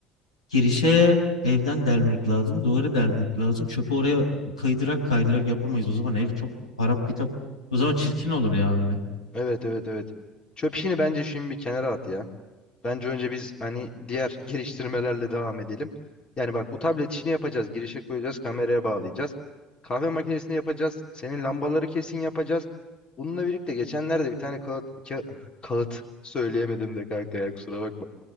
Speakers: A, on the left (about 85°); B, on the left (about 30°).
A: Kirişe evden delmek lazım. Duvarı delmek lazım. Çöpü oraya kaydırak kaydırak yapamayız. O zaman ev çok harap bitap. O zaman çirkin olur ya öyle.
B: Evet evet evet. Çöp işini bence şimdi bir kenara at ya. Bence önce biz hani diğer <laughs> geliştirmelerle devam edelim. Yani bak bu tablet işini yapacağız. Girişe koyacağız, kameraya bağlayacağız. Kahve makinesini yapacağız. Senin lambaları kesin yapacağız. Bununla birlikte geçenlerde bir tane kağıt ka- <laughs> kağıt söyleyemedim de kanka ya kusura bakma.